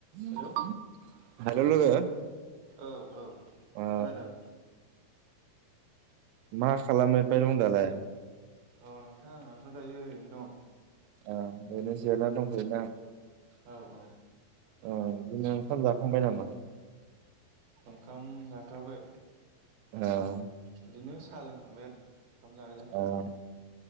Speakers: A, on the right; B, on the right.
A: <inaudible>
B: हेलौ
A: हेल' लोगो
B: औ-औ
A: ओ
B: खोनादों
A: मा खालामनोथो दं दालाय
B: अ नोंथांं आंथ' दायो ओरैनो दङ
A: औ ओरैनो जिरायना दंथयो दा
B: औ-औ
A: अ बिदिनो ओंखाम जाखांबाय नामा?
B: ओखाम जाथ'आखै।
A: औ
B: बिदिनो साहा लोंखांबाय आरो। ओंखाम जानाय जाथ'वाखै
A: ओओ